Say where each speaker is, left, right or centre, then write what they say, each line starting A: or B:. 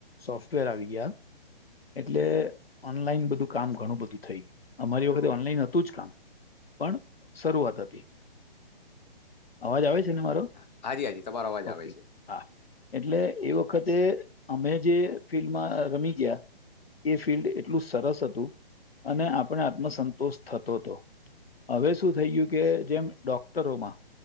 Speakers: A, on the left; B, on the left.
A: સોફ્ટવેર આવી ગયા એટલે ઓનલાઈન બધું કામ ઘણું બધું થઈ ગયું અમારી વખતે ઓનલાઈન હતું જ કા પણ શરૂઆત હતી.
B: <inaudible>
A: અવાજ આવે છે ને મારો
B: હા, હાજી હાજી તમારો અવાજ
A: ઓકે
B: આવે છે.
A: હા એટલે એ વખતે અમે જે ફિલ્ડમાં રમી ગયા. એ ફિલ્ડ એટલું સરસ હતું અને આપણે આત્મસંતોષ થતો હતો. હવે શું થઈ ગયું કે જેમ ડોક્ટરોમાં.